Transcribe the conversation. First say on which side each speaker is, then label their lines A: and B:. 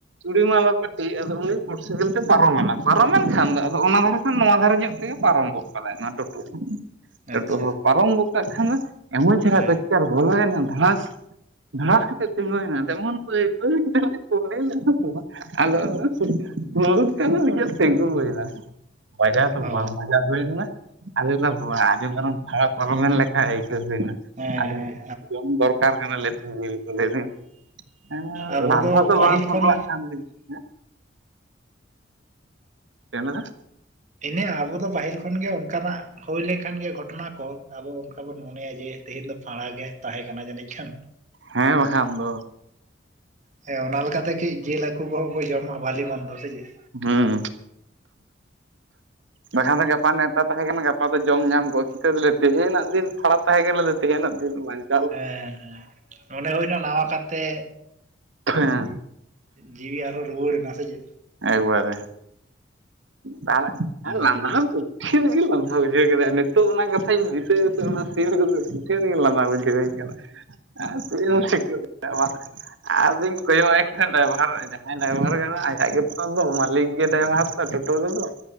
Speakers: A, on the right (about 80°); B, on the right (about 40°).
A: <unintelligible> ᱢᱟᱞᱟ ᱯᱟᱹᱴᱤ ᱟᱫᱚ ᱩᱱᱤ ᱢᱚᱴᱚᱨᱥᱟᱭᱠᱮᱞ ᱛᱮ ᱯᱟᱨᱚᱢᱮᱱᱟ᱾ ᱯᱟᱨᱚᱢᱮᱱ ᱠᱷᱟᱱ ᱫᱚ ᱟᱫᱚ ᱚᱱᱟ ᱫᱷᱟᱨᱮ ᱠᱷᱚᱱ ᱱᱚᱣᱟ ᱫᱷᱟᱨᱮ ᱧᱚᱜ ᱛᱮᱜᱮ ᱯᱟᱨᱚᱢ ᱜᱚᱜ ᱠᱟᱫᱟᱭ ᱱᱚᱣᱟ ᱴᱳᱴᱳ ᱦᱚᱸ᱾
B: ᱟᱪᱪᱷᱟ
A: ᱴᱳᱴᱳ ᱦᱚᱸ ᱯᱟᱨᱚᱢ ᱜᱚᱫ ᱠᱟᱜ ᱠᱷᱟᱱ-ᱮ ᱮᱢᱚᱱ ᱪᱮᱨᱦᱟ
B: ᱦᱮᱸ
A: ᱠᱷᱚᱪᱪᱟᱨᱮ ᱵᱚᱞᱚᱭᱮᱱᱟ ᱫᱷᱟᱲᱟᱥ, ᱫᱷᱟᱲᱟᱥ ᱠᱟᱛᱮᱫ ᱛᱮᱜᱳᱭᱱᱟ ᱛᱮᱢᱚᱱ ᱵᱟᱹᱭ ᱵᱟᱹᱭ <unintelligible> ᱠᱳᱸᱰᱮᱞᱱᱟ᱾ <unintelligible> ᱟᱫᱚ <unintelligible> ᱱᱤᱡᱮ ᱛᱮᱸᱜᱳ ᱦᱳᱭᱱᱟ᱾ ᱵᱟᱡᱟᱣ ᱫᱚ
B: ᱚ
A: ᱵᱟᱝ ᱵᱟᱡᱟᱣ ᱦᱩᱭ ᱞᱮᱱᱟ? ᱟᱞᱮ ᱫᱚ ᱵᱚ ᱟᱸᱡᱚᱢ ᱠᱷᱟᱱᱮᱢ ᱠᱷᱟᱨᱟᱯ ᱟᱞᱚᱵᱮᱱ ᱞᱮᱠᱷᱟ ᱟᱹᱭᱠᱟᱹ ᱦᱩᱭᱱᱟ᱾
B: ᱦᱮᱸ
A: ᱟᱫᱚ
B: ᱦᱮᱸ
A: ᱡᱚᱢ ᱫᱚᱨ ᱠᱟᱨ ᱠᱟᱱᱟᱞᱮ ᱛᱮᱦᱮᱧ ᱡᱤᱞ ᱠᱚᱞᱮ <unintelligible> ᱮᱸᱻ
B: ᱟᱵᱚ
A: ᱞᱟᱱᱫᱟ ᱫᱚ
B: ᱯᱟᱹᱦᱤᱞ
A: ᱵᱟᱝ ᱥᱟᱯᱲᱟᱜ
B: ᱠᱷᱚᱱ
A: ᱠᱟᱱ ᱛᱤᱧᱟ᱾ ᱦᱮᱸ ᱪᱮᱫ ᱮᱢ ᱞᱟᱹᱭ ᱫᱟ?
B: ᱤᱱᱟᱹ ᱟᱵᱚ ᱫᱚ ᱯᱟᱹᱦᱤᱞ ᱠᱷᱚᱱᱜᱮ ᱚᱱᱠᱟᱱᱟᱜ ᱦᱳᱭ ᱞᱮᱱᱠᱷᱟᱱ ᱜᱮ ᱜᱷᱚᱴᱚᱱᱟ ᱠᱚ ᱟᱵᱚ ᱚᱱᱠᱟ ᱵᱚᱱ ᱢᱚᱱᱮᱭᱟ ᱡᱮ, ᱛᱮᱦᱮᱧ ᱫᱚ ᱯᱷᱟᱸᱲᱟᱜᱮ ᱛᱟᱦᱮᱸ ᱠᱟᱱᱟ ᱡᱟᱹᱱᱤᱡ ᱠᱷᱟᱱ,
A: ᱦᱮᱸ ᱵᱟᱠᱷᱟᱱ ᱫᱚ
B: ᱦᱮᱸ ᱚᱱᱟ ᱞᱮᱠᱟᱛᱮ ᱠᱟᱹᱡ ᱡᱮᱞ ᱦᱟ ᱠᱩ <unintelligible> ᱡᱚᱢ ᱟᱜ-ᱟ ᱵᱟᱹᱞᱤ ᱢᱚᱱ ᱫᱚ ᱥᱮ ᱪᱮᱫ?
A: ᱦᱩᱸ ᱵᱟᱠᱷᱟᱱ ᱫᱚ ᱜᱟᱯᱟ ᱱᱮᱶᱛᱟ, ᱛᱟᱦᱮᱸ ᱠᱟᱱᱟ᱾ ᱜᱟᱯᱟ ᱫᱚ ᱡᱚᱢ ᱧᱟᱢ ᱠᱚᱜ-ᱟ ᱪᱤᱠᱟᱹ ᱫᱚᱞᱮ ᱛᱮᱦᱮᱧᱟᱜ ᱫᱤᱱ ᱯᱷᱟᱲᱟ ᱛᱟᱦᱮᱸ ᱠᱟᱱᱟᱞᱮ ᱛᱮᱦᱮᱧᱟᱜ ᱫᱤᱱ ᱵᱟ
B: ᱦᱮᱸ ᱦᱮᱸ ᱚᱱᱮ ᱦᱩᱭᱱᱟ ᱱᱟᱣᱟ ᱠᱟᱛᱮ,
A: ᱦᱮᱸ
B: ᱡᱤᱣᱤ ᱟᱨᱚ ᱨᱩᱣᱟᱹᱲ ᱮᱱᱟ ᱥᱮ ᱪᱮᱫ?
A: ᱮᱠᱵᱟᱨᱮ ᱛᱟᱦᱚᱞᱮ
B: ᱦᱩᱸ
A: ᱟᱨ ᱞᱟᱸᱫᱟ ᱦᱚᱸ ᱠᱩᱴᱴᱷᱤᱱ ᱞᱤᱧ ᱞᱟᱱ ᱫᱟ ᱵᱩᱡᱷᱟᱹᱣ ᱠᱮᱫᱟ ᱱᱤᱛᱚᱜ ᱚᱱᱟ ᱠᱟᱛᱷᱟᱧ ᱫᱤᱥᱟᱹᱭᱟ ᱫᱟ ᱥᱮ ᱚᱱᱟ ᱥᱤᱱ ᱠᱚᱫᱚ ᱠᱩᱴᱷᱤᱱᱜᱮ ᱞᱟᱱᱫᱟ ᱵᱩᱡᱷᱟᱹᱣᱤᱧ ᱠᱟᱱᱟ᱾ ᱟᱨ ᱪᱮᱫ
B: ᱦᱮᱸᱛᱚ
A: ᱮᱢ ᱪᱤᱠᱟᱹ ᱫᱟ, <unintelligible> ᱟᱫᱚᱧ ᱠᱚᱭᱚᱜᱟᱭ ᱠᱟᱱᱟ ᱰᱟᱭᱵᱷᱟᱨ ᱡᱟᱸᱦᱟᱭ ᱰᱟᱭᱵᱷᱟᱨ ᱜᱮ ᱢᱮᱱᱟᱭᱟ ᱟᱭᱟᱜ ᱜᱮ, ᱟᱫᱚ ᱢᱟᱹᱞᱤᱠ ᱜᱮ ᱰᱟᱭᱵᱷᱟᱨ ᱫᱚ ᱴᱳᱴᱳ ᱨᱮᱫᱚ